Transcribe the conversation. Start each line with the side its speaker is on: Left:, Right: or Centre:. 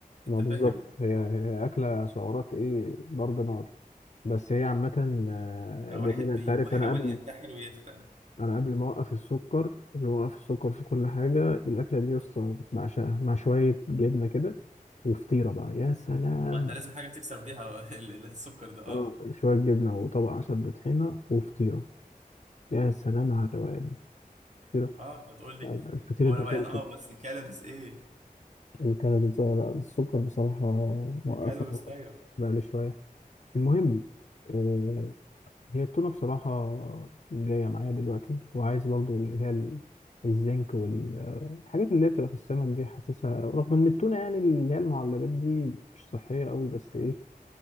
Right: انت
Left: ما بالظبط
Right: فاهم
Left: هي هي اكله سعرات ايه ضرب نار بس هي عامه آه،
Right: لو
Left: جميله
Right: واحد بيحاول
Left: انت عارف انا قبل
Right: ينتحر ويتخن
Left: انا قبل ما اوقف السكر قبل ما اوقف السكر في كل حاجه الاكله دي يا اسطى بعشقها مع شويه جبنه كده وفطيره بقى يا سلام
Right: <laughs> ما انت لازم حاجه تكسر بيها <laughs> ال- ال- السكر ده اه
Left: اه شويه جبنه وطبق عسل بطحينه وفطيره يا سلام على الروقان فطيره
Right: اه انت هتقول لي
Left: الفطير
Right: هو
Left: المشلتت
Right: روقان اه بس كالوريز ايه
Left: الكالوريز آه، السكر بصراحة موقفة
Right: كالوريز
Left: هو
Right: طايره
Left: بقالي شوية المهم آه، هي التونة بصراحة جاية معايا دلوقتي وعايز برضو اللي هي ال- الزنك والحاجات اللي هي بتبقى في السمك دي حاسسها رغم ان التونة يعني اللي هي المعلبات دي مش صحية قوي بس ايه